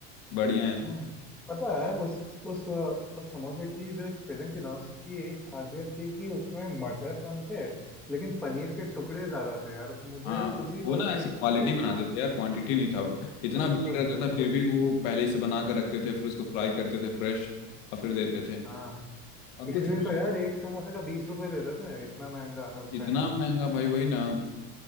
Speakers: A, on the left; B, in the centre.
A: बढ़िया है
B: हम्म पता है उस उस उस समोसे की जो एक फिलिंग थी ना उसकी एक खासियत थी कि उसमें मटर कम थे लेकिन पनीर के टुकड़े ज्यादा थे यार मुझे
A: हाँ
B: उसी
A: वो
B: बात
A: ना
B: का
A: ऐसे
B: एक
A: क्वालिटी
B: वो
A: बनाते
B: था
A: थे यार क्वांटिटी नहीं था इतना
B: बिल्कुल
A: भीड़ रहता
B: बिल्कुल
A: था फिर भी वो पहले ही से बना कर रखते थे फिर उसको फ्राई करते थे फ्रेश और फिर देते थे
B: हाँ
A: और
B: इसीलिए
A: कुछ हम लोग
B: तो यार एक समोसे का बीस रुपए लेते थे इतना महंगा है उस टाइम
A: इतना
B: पे
A: महंगा भाई वही ना